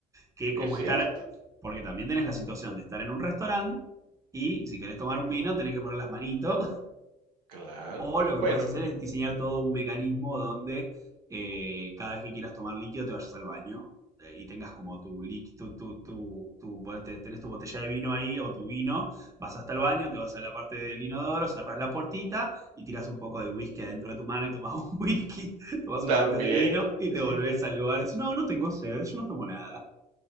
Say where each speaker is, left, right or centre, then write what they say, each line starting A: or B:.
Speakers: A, on the right (about 15°); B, on the right (about 80°).
A: Que como
B: es cierto.
A: estar, porque también tenés la situación de estar en un restaurante y si querés tomar
B: Ujú,
A: un vino tenés que poner las manitos
B: claro.
A: O lo
B: Bueno,
A: que podés hacer es diseñar todo un mecanismo donde eh, cada vez que quieras tomar líquido te vayas al baño eh, y tengas como tu líquido, tu, tu, tu, tu- te- tenés tu botella de vino ahí o tu vino, vas hasta el baño, te vas a la parte del inodoro, cerrás la puertita y tiras un poco de whisky adentro de tu mano y tomás un <laughs> whisky, tomás un
B: también,
A: poquitito de vino y te
B: sí,
A: volvés
B: sí,
A: al lugar y decís, no, no tengo sed, yo no tomo nada.